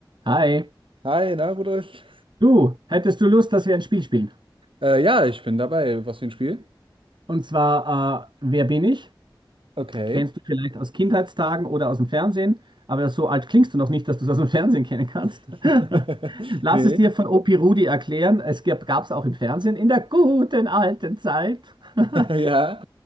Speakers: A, on the right (about 60°); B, on the right (about 80°).
A: Hi,
B: Hi, na Rudolf?
A: du, hättest du Lust, dass wir ein Spiel spielen?
B: Äh, ja, ich bin dabei. Was für ein Spiel?
A: Und zwar, äh, wer bin ich?
B: Okay.
A: Kennst du vielleicht aus Kindheitstagen oder aus dem Fernsehen, aber so alt klingst du noch nicht, dass du es aus dem Fernsehen kennen kannst.
B: <laughs>
A: <laughs> Lass es dir
B: Nee.
A: von Opi Rudi erklären. Es gab es auch im Fernsehen in der guten alten Zeit. <laughs>
B: <laughs> Ja.